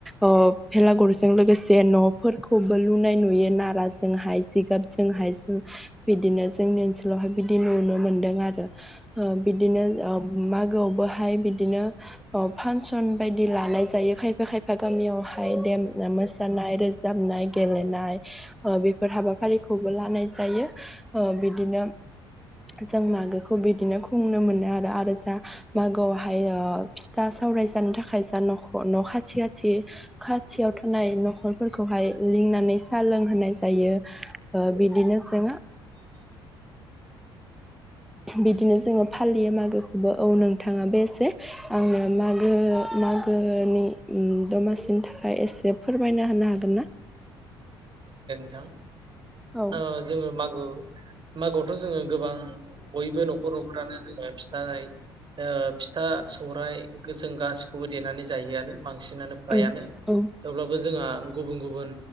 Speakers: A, in the centre; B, on the right.
A: अ भेलागुरजों लोगोसे जे नफोरखौबो लुनाय नुयो नारा जोंहाय जिगाबजोंहाय जो बिदिनो जोंनि ओनसोलावहाय बिदि नुनो मोनदों आरो ओ बिदिनो मागो गोआवहाय बिदिनो फांसन बायदि लानाय जायो खायफा खायफा गामियावहाय ओइ देम मोसानाय रोज जाबनाय गेलेनाय ओ बेफोर हाबाफारिखौबो लानाय जायो अ बिदिनो जों मागोखौ बिदिनो खुंनो मोनो आरो आरो जा मागोआवहाय ओ फिथा सौवराय जानो थाखाय जा न न खाथि खाथि खाथियाव थानाय नखर फोरखौहाय लिंना नै साह लोंहाय जायो। ओ बिदिनो जोङो बिदिनो जोङो फालियो मागो बो औ नोंथाङा बे एसे आंनो मागो मागोनि दमासिनि थाखाय एसे फोरमायना होनो हागोन ना
B: <unintelligible>
A: औ
B: ओ जोङो मागो मागोआवथ' जोङो गोबां बयबो नखर नखरानो जोङो फिथाय ओ फिथा सौराइ जों गासैखौबो देनानै जायो आरो। बांसिनानो फ्रायानो
A: औ औ
B: थेवब्लाबो जोंहा गुबुन गुबुन